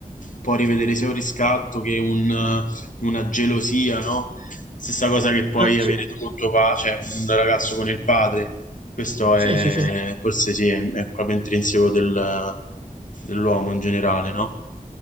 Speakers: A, on the left; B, on the right.
A: può rivedere sia un riscatto che un- una gelosia, no? Stessa cosa che puoi
B: Ah, sì,
A: avere tu con tuo padre, cioè un ragazzo con il padre. Questo
B: sì,
A: è,
B: sì, sì.
A: forse sì, è, è proprio intrinseco del- dell'uomo in generale, no?